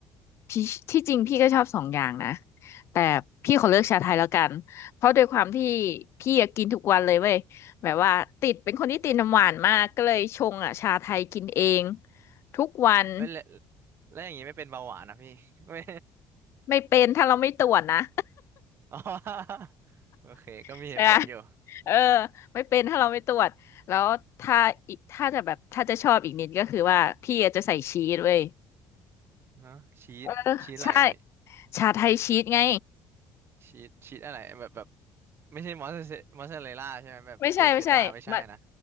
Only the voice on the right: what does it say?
เอ้ยแล้วแล้วอย่างงี้ไม่เป็นเบาหวานนะพี่ <laughs> ไม่
อ๋อ <laughs> โอเคก็มีเหตุผลอยู่
ฮะชีสชีสอะไรอะพี่
ชีสชีสอะไรแบบแบบไม่ใช่มอสซาเรมอสซาเรลล่าใช่ไหมแบบพวกเชดดาร์ไม่ใช่นะ